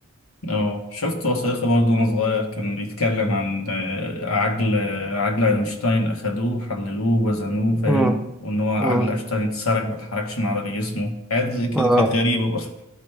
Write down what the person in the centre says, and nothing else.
امم
امم
اه